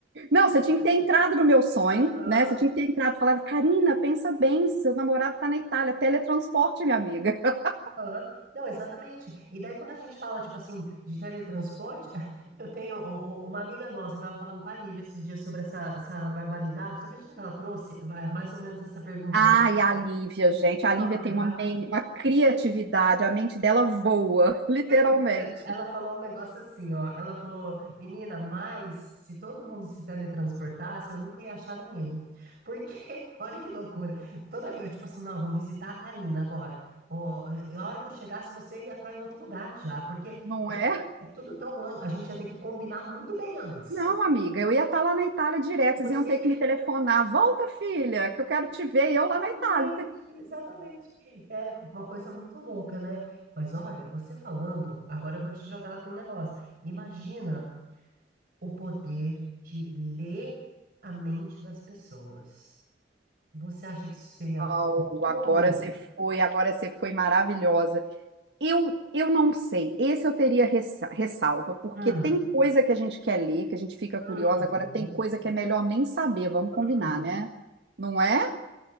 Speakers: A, on the right; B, on the right.
A: Não, você tinha que ter entrado no meu sonho,
B: Aham.
A: né? Você tinha que ter entrado e falado, Karina, pensa bem, seu namorado tá na Itália, teletransporte, minha amiga. <laughs>
B: Aham. Não, exatamente. E daí quando a gente fala, tipo assim, de teletransporte, <laughs> eu tenho o- o- uma amiga nossa, eu tava falando com a Lívia esses dias sobre essa, essa barbaridade. Você acredita que ela trouxe eh, mais ou menos essa pergunta
A: Ai,
B: também?
A: a Lívia, gente, a
B: Não,
A: Lívia
B: né,
A: tem uma, men- uma criatividade, a mente dela voa, <laughs> literalmente.
B: Você acredita? Ela falou um negócio assim, ó. Ela falou, menina, mas se todo mundo se teletransportasse, eu nunca ia achar ninguém. Porque, <laughs> olha que loucura. Toda vez, tipo assim, não, eu vou visitar a Karina agora. Ou, eh, a hora que eu chegasse, você ia estar em outro lugar já. Porque
A: Não
B: é,
A: é?
B: é tudo tão amplo. A gente ia ter que combinar muito bem antes.
A: Não, amiga, eu ia estar lá na Itália direto,
B: Você.
A: vocês iam ter
B: <laughs>
A: que me telefonar. Volta, filha, que eu quero te ver,
B: Exatamente,
A: e eu lá na Itália. <laughs>
B: exatamente. É uma coisa muito louca, né? Mas olha, você falando, agora eu vou te jogar aqui um negócio. Imagina. o poder de ler a mente das pessoas. Você acha que isso seria
A: Au,
B: bom
A: agora
B: ou ruim?
A: você foi, agora você foi maravilhosa. Eu, eu não sei. Esse eu teria ressa- ressalva, porque
B: Hum,
A: tem coisa que a gente quer ler, que a gente fica
B: uhum,
A: curiosa, agora tem coisa que é melhor nem saber, vamos combinar,
B: uhum.
A: né? Não é?